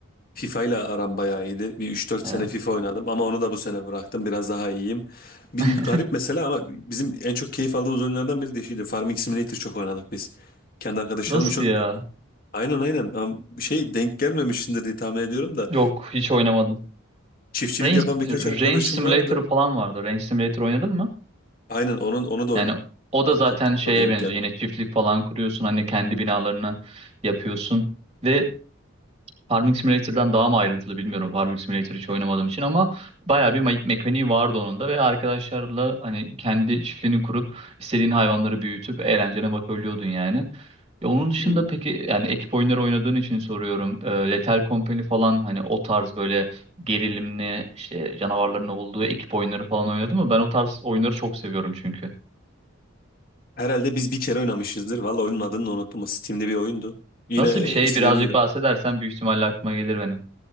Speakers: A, on the left; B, on the right.
A: FIFA ile aram bayağı iyiydi. Bir üç dört
B: Evet.
A: sene FIFA oynadım ama onu da bu sene bıraktım. Biraz daha iyiyim. Bir
B: <laughs>
A: garip mesela ama bizim en çok keyif aldığımız oyunlardan biri de şeydi. Farming Simulator çok oynadık biz. Kendi arkadaşlarımla
B: Nasıl
A: çok
B: ya?
A: aynen aynen ama şey denk gelmemişsindir diye tahmin ediyorum da
B: Yok, hiç oynamadım.
A: çiftçilik
B: Range,
A: yapan birkaç arkadaşım
B: Range Simulator'ı
A: vardı.
B: falan vardı. Range Simulator oynadın mı?
A: Aynen onun onu da
B: Yani
A: oynadık
B: o da zaten
A: hatta o
B: şeye
A: da denk
B: benziyor.
A: geldi.
B: Yine çiftlik falan kuruyorsun. Hani kendi binalarını yapıyorsun. Ve Farming Simulator'dan daha mı ayrıntılı bilmiyorum. Farming Simulator hiç oynamadığım için ama bayağı bir me- mekaniği vardı onun da ve arkadaşlarla hani kendi çiftliğini kurup istediğin hayvanları büyütüp eğlencene bakabiliyordun yani. Ya onun dışında
A: Hı hı.
B: peki yani ekip oyunları oynadığın için soruyorum. E, Lethal Company falan hani o tarz böyle gerilimli işte canavarların olduğu ekip oyunları falan oynadı mı? Ben o tarz oyunları çok seviyorum çünkü.
A: Herhalde biz bir kere oynamışızdır. Valla oyunun adını da unuttum. O Steam'de bir oyundu. Yine
B: Nasıl bir şey
A: işte
B: birazcık
A: dediği gibi
B: bahsedersen büyük ihtimalle aklıma gelir benim.